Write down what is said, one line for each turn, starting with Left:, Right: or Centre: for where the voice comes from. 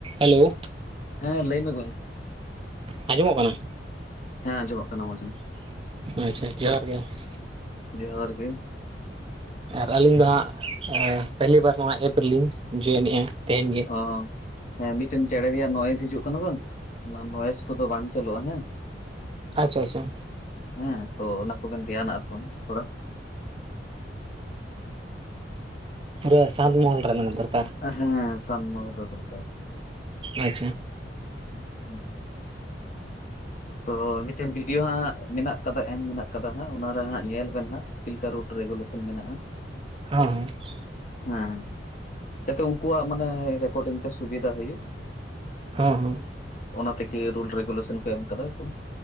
Right: Hello.
Left: ᱦᱮᱸ ᱞᱟᱹᱭ ᱢᱮ ᱜᱚᱝᱠᱮ,
Right: ᱟᱸᱡᱚᱢᱚᱜ ᱠᱟᱱᱟ
Left: ᱦᱮᱸ ᱟᱸᱡᱚᱢᱚᱜ ᱠᱟᱱᱟ ᱢᱚᱡᱽ ᱜᱮ ᱾
Right: ᱟᱪᱪᱷᱟ ᱡᱚᱦᱟᱨ ᱜᱮ ᱾
Left: ᱡᱚᱦᱟᱨ ᱜᱮ ᱾
Right: ᱟᱨ ᱟᱹᱞᱤᱧ ᱫᱚ ᱦᱟᱸᱜ ᱯᱟᱦᱤᱞᱤ ᱵᱟᱨ ᱱᱚᱣᱟ ᱮᱯ ᱨᱮᱞᱤᱧ ᱡᱚᱭᱮᱱᱮᱜᱼᱟ ᱛᱮᱦᱮᱧ ᱜᱮ ᱾
Left: ᱚ ᱦᱮᱸ ᱢᱤᱫᱴᱮᱱ ᱪᱮᱸᱬᱮ ᱨᱮᱭᱟᱜ ᱱᱚᱭᱮᱥ ᱦᱤᱡᱩᱜ ᱠᱟᱱᱟ ᱵᱟᱝ ᱚᱱᱟ ᱱᱚᱭᱮᱥ ᱠᱚᱫᱚ ᱵᱟᱝ ᱪᱟᱞᱩᱜᱼᱟ ᱦᱮᱸ ᱾
Right: ᱟᱪᱪᱷᱟ ᱟᱪᱪᱷᱟ ᱾
Left: ᱦᱮᱸ ᱛᱚ ᱚᱱᱟ ᱠᱚᱵᱮᱱ ᱫᱷᱮᱭᱟᱱᱟᱜᱼᱟ ᱛᱚᱢ ᱛᱷᱚᱲᱟ ᱾
Right: ᱯᱩᱨᱟᱹ ᱥᱟᱸᱛ ᱢᱚᱦᱚᱞ ᱨᱮ ᱢᱟᱱᱮ ᱫᱚᱨᱠᱟᱨ ᱾
Left: ᱦᱮᱸ ᱥᱟᱸᱛ ᱢᱚᱦᱚᱞ ᱨᱮ ᱫᱚᱨᱠᱟᱨ ᱾
Right: ᱟᱪᱪᱷᱟ ᱾
Left: ᱦᱩᱸ, ᱦᱩᱸ ᱾ ᱛᱚ ᱢᱤᱫᱴᱮᱱ ᱵᱷᱤᱰᱭᱳ ᱦᱟᱸᱜ ᱢᱮᱱᱟᱜ ᱠᱟᱫᱟ, ᱮᱢ ᱢᱮᱱᱟᱜ ᱠᱟᱫᱟ ᱦᱟᱸᱜ ᱚᱱᱟᱨᱮ ᱦᱟᱸᱜ ᱧᱮᱞ ᱵᱮᱱ ᱦᱟᱸᱜ ᱾ ᱪᱮᱫᱮᱠᱟ ᱨᱩᱴ ᱨᱮᱜᱩᱞᱮᱥᱚᱱ ᱢᱮᱱᱟᱜᱼᱟ ᱾
Right: ᱦᱮ ᱸ ᱦᱮᱸ ᱾
Left: ᱦᱮᱸ ᱡᱟᱛᱮ ᱩᱱᱠᱩᱣᱟᱜ ᱢᱟᱱᱮ ᱨᱮᱠᱚᱨᱰᱤᱝ ᱛᱮ ᱥᱩᱵᱤᱫᱟ ᱦᱩᱭᱩᱜ ᱾
Right: ᱦᱮᱸ, ᱦᱚᱸ ᱾
Left: ᱚᱱᱟ ᱛᱮᱜᱮ ᱨᱩᱞ ᱨᱮᱜᱩᱞᱮᱥᱚᱱ ᱠᱚ ᱮᱢ ᱠᱟᱫᱟ ᱠᱚ